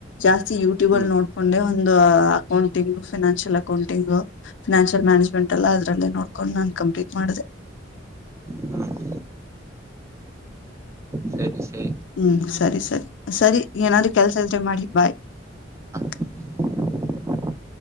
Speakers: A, on the left (about 70°); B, on the right (about 15°).
A: ಜಾಸ್ತಿ ಯೂಟ್ಯೂಬಲ್ಲಿ
B: ಹ್ಮ್
A: ನೋಡ್ಕೊಂಡೇ ಒಂದು accounting five <unintelligible> financial accounting financial management ಎಲ್ಲ ಅದರಲ್ಲೆ ನೋಕೊಂಡು ನಾನ್ ಕಂಪ್ಲೀಟ್ ಮಾಡಿದೆ. <unintelligible>
B: ಹ್ಮ್ ಸರಿ ಸರಿ
A: ಹೂ ಸರಿ ಸರಿ ಸರಿ ಏನಾದ್ರೂ ಕೆಲಸಾ ಇದ್ರೆ ಮಾಡಿ ಬಾಯ್. <unintelligible>
B: <unintelligible>